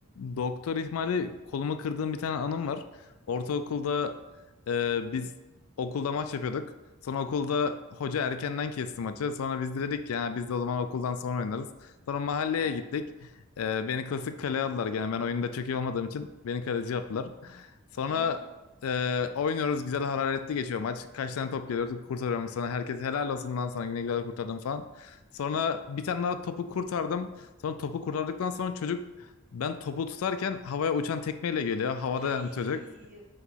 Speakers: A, on the left; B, on the right.
A: Doktor ihmali kolumu kırdığım bir tane anım var. Ortaokulda e, biz okulda maç yapıyorduk. Sonra okulda hoca erkenden kesti maçı. Sonra biz de dedik ki yani biz de o zaman okuldan sonra oynarız. Sonra mahalleye
B: He.
A: gittik. E, beni klasik kaleye aldılar gene. Ben oyunda çok iyi olmadığım için beni kaleci yaptılar. Sonra
B: Aha.
A: e, oynuyoruz. Güzel hararetli geçiyor maç. Kaç tane top geliyordu kurtarıyorum sonra. Herkes helal olsun lan sana yine güzel kurtardım falan. Sonra bir tane daha topu kurtardım. Sonra topu kurtardıktan sonra çocuk ben topu tutarken havaya uçan tekmeyle geliyor. Havada
B: Ay.
A: yani çocuk.